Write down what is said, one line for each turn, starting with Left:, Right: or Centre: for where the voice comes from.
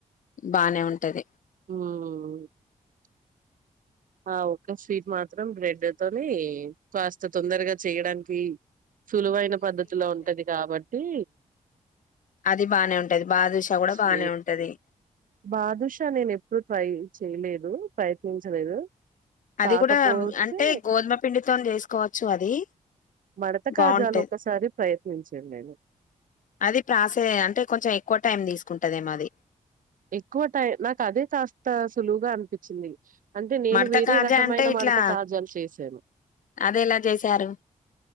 Left: బానే ఉంటది
Right: మ్మ్ ఆ ఒక్క స్వీట్ మాత్రం బ్రెడ్ తోనీ కాస్త తొందరగా చేయడానికి సులువైన పద్ధతిలో ఉంటది కాబట్టీ
Left: అది బానే ఉంటది బాదుష కూడా
Right: చే
Left: బానే ఉంటది
Right: బాదుషా నేను ఎప్పుడు ట్రై చేయలేదు ప్రయత్నించలేదు
Left: అది
Right: కాకపోతే
Left: కూడా అంటే గోధుమ పిండితోని చేసుకోవచ్చు అది
Right: మడత కాజాలు
Left: బాగుంటది
Right: ఒకసారి ప్రయత్నించా నేను
Left: అది ప్రాసె అంటే కొంచెం ఎక్కువ టైం తీసుకుంటదేమో అది
Right: ఎక్కువ టై నాకు అదే కాస్త సులువుగా అనిపించింది అంటే నేను
Left: మడత
Right: వేరే
Left: కాజా
Right: రకమైన
Left: అంటే ఇట్లా
Right: మడత కాజాలు చేసాను
Left: అదెలా చేశారు?